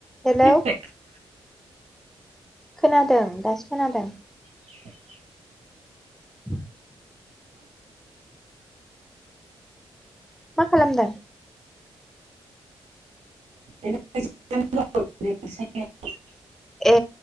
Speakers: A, in the centre; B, on the right.
A: Hello
B: platform
A: खोनादों दासो खोनादों
B: <inaudible>
A: <inaudible> मा खालामदों?
B: ओरैनो जिरायनानैदं ओरैनो
A: ए